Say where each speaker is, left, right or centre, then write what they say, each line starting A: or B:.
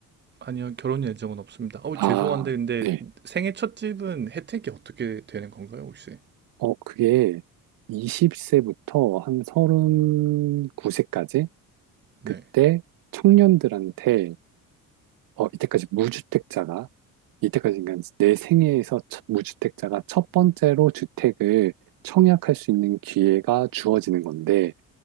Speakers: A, on the right (about 30°); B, on the right (about 70°).
A: 아니요, 결혼 예정은 없습니다. 어,
B: 아,
A: 죄송한데 근데
B: 네.
A: 생애 첫 집은 혜택이 어떻게 되는 건가요, 혹시?
B: 어, 그게 20세부터 한 39세까지 그때
A: 네,
B: 청년들한테 어, 이때까지 무주택자가 이때까지 그러니까 내 생애에서 첫- 무주택자가 첫 번째로 주택을 청약할 수 있는 기회가 주어지는 건데